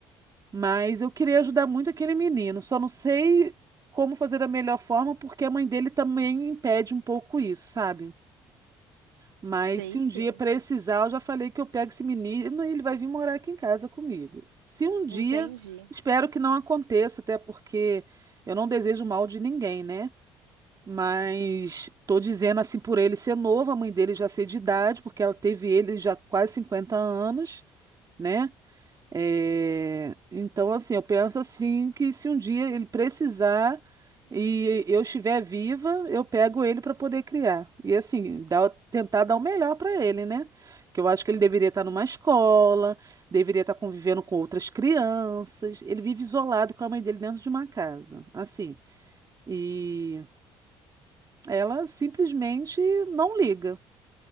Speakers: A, on the right; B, on the right.
A: Mas eu queria ajudar muito aquele menino, só não sei como fazer da melhor forma, porque a mãe dele também impede um pouco isso, sabe? Mas
B: Sei
A: se um
B: sim.
A: dia precisar, eu já falei que eu pego esse menino e ele vai vir morar aqui em casa comigo. Se um dia,
B: Entendi.
A: espero que não aconteça, até porque eu não desejo mal de ninguém, né? Mas tô dizendo assim por ele ser novo, a mãe dele já ser de idade, porque ela teve ele já com quase 50 anos, né? É, então, assim, eu penso assim que se um dia ele precisar e eu estiver viva, eu pego ele para poder criar. E assim, dar- tentar dar o melhor para ele, né? Que eu acho que ele deveria estar numa escola, deveria estar convivendo com outras crianças. Ele vive isolado com a mãe dele dentro de uma casa, assim. E ela simplesmente não liga,